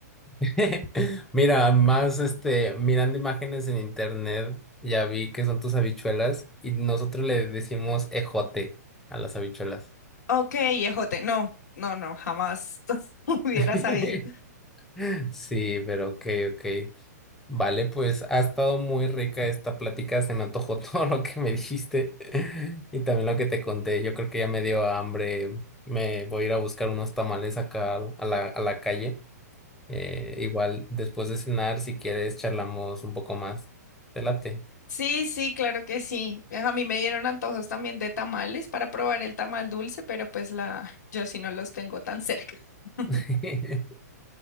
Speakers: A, in the centre; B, on the left.
A: <laughs> Mira, más este, mirando imágenes en internet, ya vi que son tus habichuelas y nosotros le decimos ejote a las habichuelas.
B: Ok, ejote, no, no, no, jamás <laughs> hubiera
A: <laughs>
B: sabido.
A: Sí, pero ok, ok. Vale, pues ha estado muy rica esta plática, se me antojó <laughs> todo lo que me dijiste <laughs> y también lo que te conté. Yo creo que ya me dio hambre, me voy a ir a buscar unos tamales acá a la, a la calle. Eh, igual después de cenar, si quieres, charlamos un poco más. Te late.
B: Sí, sí, claro que sí. A mí me dieron antojos también de tamales para probar el tamal dulce, pero pues la, <laughs> yo sí no los tengo tan cerca. <laughs>
A: <laughs>